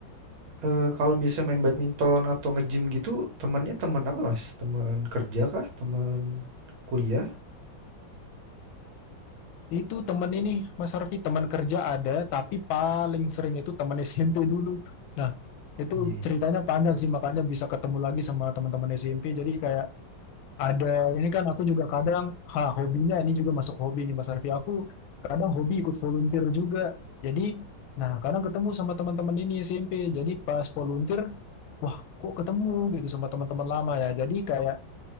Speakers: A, on the right (about 85°); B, on the left (about 80°).
A: eh, kalau bisa main badminton atau nge-gym gitu, temennya teman apa mas? Teman kerja kah? Teman kuliah?
B: Itu temen ini, Mas Harfi, teman kerja ada, tapi paling sering itu teman SMP dulu. Nah, itu
A: Iya, iya.
B: ceritanya panjang sih, makanya bisa ketemu lagi sama teman-teman SMP. Jadi kayak ada, ini kan aku juga kadang, ha, hobinya ini juga masuk hobi nih Mas Harfi. Aku kadang hobi ikut volunteer juga. Jadi, nah kadang ketemu sama teman-teman ini SMP. Jadi pas volunteer, wah kok ketemu gitu sama teman-teman lama ya. Jadi kayak